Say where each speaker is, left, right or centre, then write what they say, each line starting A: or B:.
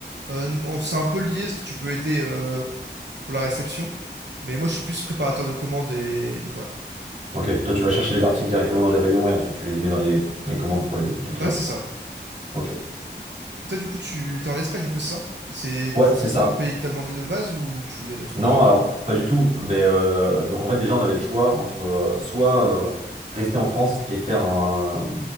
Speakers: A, on the right (about 80°); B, on the right (about 45°).
A: heu, non, c'est un peu lié parce que tu peux aider, heu, pour la réception, mais moi, je suis plus préparateur de commandes et livreur.
B: Ok. Toi, tu vas chercher les articles directement dans les rayons et ensuite tu les mets dans les, les commandes pour les, les clients.
A: Ouais, c'est ça, ouais.
B: Ok.
A: Et toi, du coup, tu t'es en Espagne, du coup, c'est ça? C'est
B: Ouais,
A: t
B: c'est ça.
A: ton pays que t'as demandé de base ou tu voulais aller autre
B: Non,
A: part,
B: alors
A: heu?
B: pas du tout. Mais, euh, donc en fait déjà on avait le choix entre euh, soit euh, rester en France et faire un,